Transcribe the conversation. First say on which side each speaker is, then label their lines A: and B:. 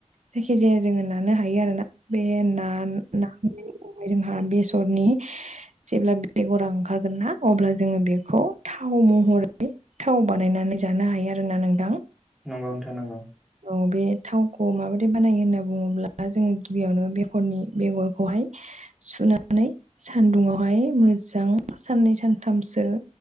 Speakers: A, on the right; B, in the centre.
A: जायखि जाया जोङो नानो हायो आरो ना। बे ना ना जोंहा बेसरनि जेब्ला बेगरा ओंखारगोन ना अब्ला जोङो बेखौ थाव महरै थाव बानायनानै जानो हायो आरोना नोंथां।
B: नंगौ नोंथा नंगौ।
A: औ बे थावखौ माबोरै बानायो होनना बुङोब्ला जोङो गिबियावनो बेगरनि बेगरखौहाय सुनानै सानदुङावहाय मोजां साननै सानथामसो